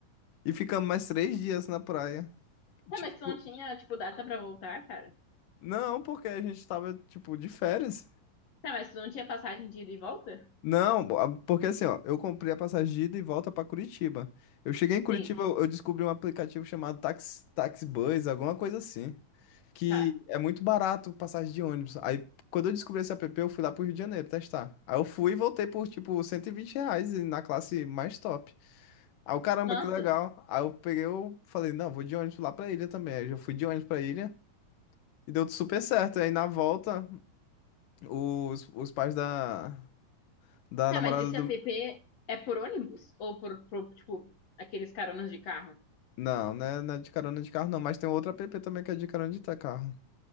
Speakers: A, on the left; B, on the left.
A: E ficamos mais três dias na praia.
B: tá,
A: Tipo,
B: mas tu não tinha, tipo, data pra voltar, cara?
A: não, porque a gente tava, tipo, de férias.
B: Tá, mas tu não tinha passagem de ida e volta?
A: Não, bo- a- porque assim, ó, eu comprei a passagem de ida e volta pra Curitiba. Eu cheguei em Curitiba,
B: Sim,
A: eu eu descobri um aplicativo chamado Taxi, Taxibus, alguma coisa assim, que
B: tá.
A: é muito barato passagem de ônibus. Aí, quando eu descobri esse app, eu fui lá pro Rio de Janeiro testar. Aí eu fui e voltei por, tipo, 120 reais e na classe mais top. Aí eu, caramba,
B: Nossa.
A: que legal. Aí eu peguei, eu falei, não, vou de ônibus lá pra ilha também. Aí eu fui de ônibus pra ilha. E deu super certo. Aí na volta, os, os pais da, da
B: Tá,
A: namorada
B: mas esse
A: do.
B: app é por ônibus? Ou por, por, tipo, aqueles caronas de carro?
A: Não, né? Não é de carona de carro, não. Mas tem outro app também que é de carona de ta- carro.